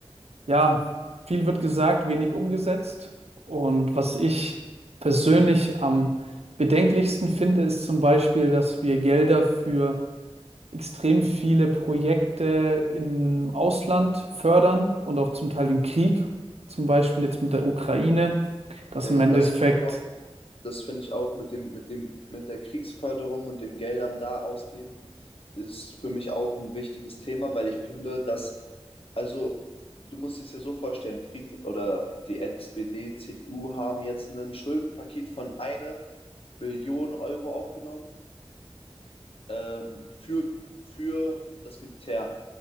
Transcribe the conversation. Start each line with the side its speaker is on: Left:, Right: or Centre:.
Right: ja, viel wird gesagt, wenig umgesetzt. Und was ich persönlich am bedenklichsten finde, ist zum Beispiel, dass wir Gelder für extrem viele Projekte im Ausland fördern und auch zum Teil den Krieg, zum Beispiel jetzt mit der Ukraine. Das
Left: ja,
Right: im
Left: ja,
Right: Endeffekt
Left: das finde ich auch, das finde ich auch mit dem, mit dem, mit der Kriegsförderung und dem Geldern da ausgeben, ist für mich auch ein wichtiges Thema, weil ich finde, dass, also du musst es ja so vorstellen, Fried oder die SPD, CDU haben jetzt ein Schuldenpaket von eine Billionen Euro aufgenommen ähm, für, für das Militär.